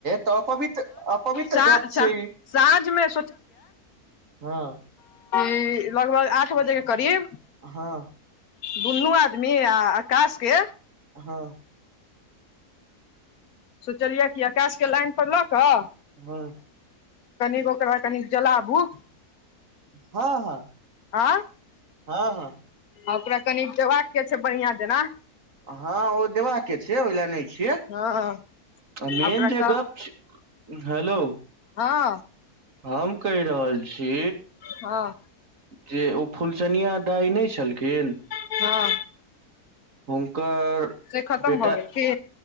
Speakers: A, on the right; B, on the left.
A: तऽ अपवित्र अपवित्र
B: सा
A: गप छैई
B: सा
A: ई
B: साँझमे
A: हँ
B: ई लगभग आठ बजे के करीब
A: हँ
B: दुन्नू आदमी आ आकाश के
A: हँ
B: सोचलियै कि अकाश के लाइन पर लऽ कऽ
A: हँ
B: कनि ओकरा कनिक जलाबू
A: हँ हँ
B: आँ
A: हँ हँ
B: आ ओकरा कनि देबाक के छै बढ़िआं जेना
A: हँ ओ देबाक के छै ओहि लए नहि छियै
B: हँ आ
A: मेन
B: ओकरा
A: जे
B: कह
A: गप छै हेलो
B: हँ
A: हम कहि रहल छी
B: हँ
A: जे ओ फुलचनिया दाइ नहि छलखिन
B: हँ
A: हुनकर
B: से खतम
A: बेटा
B: भऽ गेल की